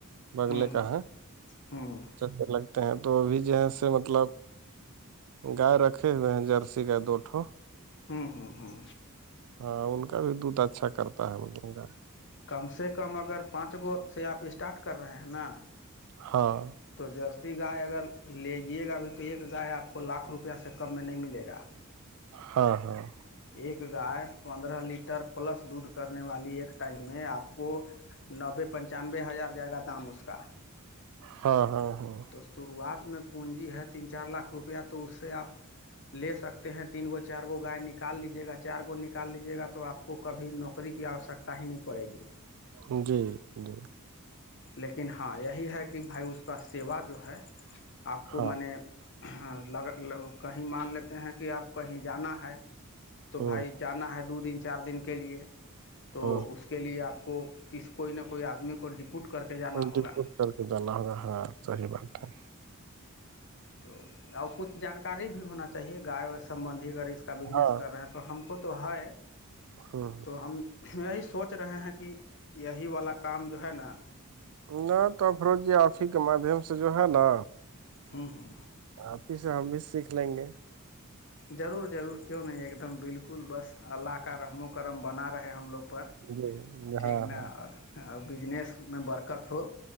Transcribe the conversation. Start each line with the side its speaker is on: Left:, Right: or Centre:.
Right: بگلے
Left: ہوں
Right: کا ہے
Left: ہوں ہوں
Right: اے لگتے ہیں تو ابھی جو ہے س مطلب گائے رکھے ہوئے ہیں جرسی کا دوٹھو
Left: ہاں ہاں ہاں
Right: ہاں ان کا بھی دودھ اچھا کرتا ہے مط کا
Left: کم سے کم اگر پانچ گو سے آپ اسٹارٹ کر رہے ہیں نا
Right: ہاں
Left: تو جرسی گائے اگر لیجیے گا ابھی تو ایک گائے آپ کو لاکھ روپیہ سے کم میں نہیں ملے گا
Right: ہاں ہاں
Left: ایک گائے پندرہ لیٹر پلس دودھ کرنے والی ایک ٹائم میں آپ کو نوے پنچانوے ہزار جائے گا دام اس کا
Right: ہاں ہاں ہاں
Left: تو شروعات میں پونجی ہے تین چار لاکھ روپیہ تو اس سے آپ لے سکتے ہیں تین گو چار گو گائے نکال لیجیے گا چار گو نکال لیجیے گا تو آپ کو کبھی نوکری کی آوشکتا ہی نہیں پڑے گی
Right: جی جی
Left: لیکن ہاں یہی ہے کہ بھائی اس کا سیوا جو ہے آپ کو
Right: ہاں
Left: میں نے لگ کہیں مان لیتے ہیں کہ آپ کہیں جانا ہے تو
Right: ہ
Left: بھائی جانا ہے دو دن چار دن کے لیئے تو
Right: ہ
Left: اس کے لیے آپ کو کسی کوئی نہ کوئی آدمی کو ڈپوٹ کر جانا
Right: ان
Left: ہوگا
Right: کے کر کے جانا ہوگا ہاں صحی بات ہے
Left: تو اور کچھ جانکاری بھی ہونا چاہیے گائے و سمبندھی اگر اس کا بزنس
Right: ہاں
Left: کر رہے ہیں تو تو ہم کو تو ہے
Right: ہ
Left: تو ہم یہی سوچ رہے ہیں کہ یہی والا کام جو ہے نا
Right: نہ تو افروج جی آپ ہی کے مادھیم سے جو ہے نا
Left: ہاں ہاں
Right: آپ ہی سے ہم بھی سیکھ لیں گے
Left: ضرور ضرور کیوں نہیں ایک دم بالکل بس اللہ کا رحم و کرم بنا رہے ہم لوگ پر
Right: جی
Left: ٹھیک
Right: ہاں
Left: ن اور
Right: ہاں
Left: بجنس میں برکت ہو